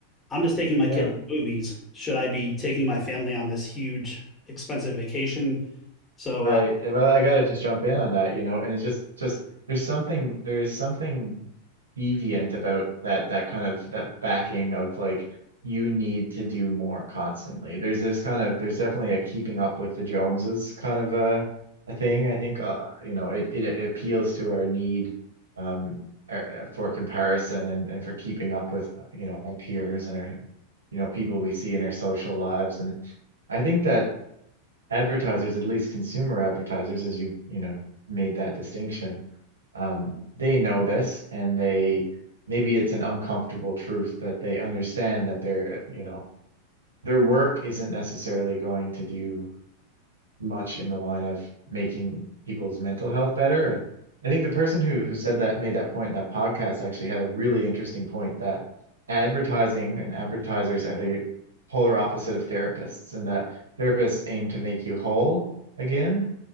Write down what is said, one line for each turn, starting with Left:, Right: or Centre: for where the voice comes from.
Left: I'm just taking my
Right: Yeah.
Left: kid to the movies. Should I be taking my family on this huge, expensive vacation? So,
Right: Right.
Left: uh,
Right: eh, Well, I gotta just jump in on that, you know, and it's just just there's something there's something deviant about that that kind of that backing of like you need to do more constantly. There's this kind of there's definitely a keeping up with the Joneses kind of a a thing. I think uh you know it it, it appeals to our need um uh, uh, for comparison and and for keeping up with you know our peers and our you know people we see in our social lives and I think that advertisers, at least consumer advertisers, as you you know made that distinction, um, they know this, and they maybe it's an uncomfortable truth that they understand that their you know their work isn't necessarily going to do much in the line of making people's mental health better. And I think the person who who said that made that point in that podcast actually had a really interesting point that advertising and advertisers are the polar opposite of therapists, and that therapists aim to make you whole again,